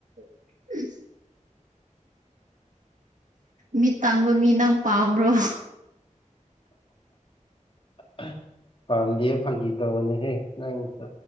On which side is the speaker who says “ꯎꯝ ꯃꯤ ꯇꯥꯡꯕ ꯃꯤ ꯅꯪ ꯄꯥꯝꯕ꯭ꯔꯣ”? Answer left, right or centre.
Right